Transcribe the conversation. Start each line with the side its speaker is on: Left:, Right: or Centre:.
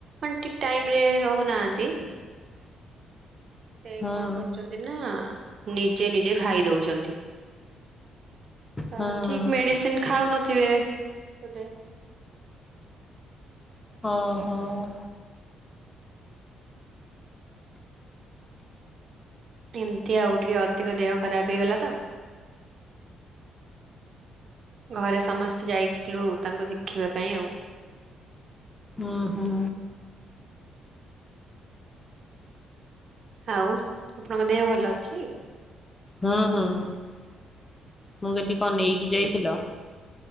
Right: ମାନେ ଠିକ୍ ଟାଇମ ରେ ରହୁନାହାନ୍ତି ସେ
Left: ହଁ
Right: କଣ କରୁଛନ୍ତି ନାଁ ନିଜେ ନିଜେ ଖାଇ ଦଉଛନ୍ତି। ତ
Left: ହଁ
Right: ଠିକ୍ ମେଡିସିନ ଖାଉନଥିବେ ବୋଧେ
Left: ଓହୋ ଓହୋ
Right: ଧିମତି ଆଉ ଟିକେ ଅଧିକ ଦେହ ଖରାପ ହେଇଗଲା ତ ଘରେ
Left: ହୁଁ
Right: ସମସ୍ତେ ଯାଇଥିଲୁ ତାଙ୍କୁ ଦେଖିବା ପାଇଁ ଆଉ
Left: ଉଁ ହୁଁ।
Right: ଆଉ ଆପଣଙ୍କ ଦେହ ଭଲ ଅଛି କି?
Left: ହୁଁ ହୁଁ ମୁଁ କହିଲି କଣ ନେଇକି ଯାଇଥିଲ।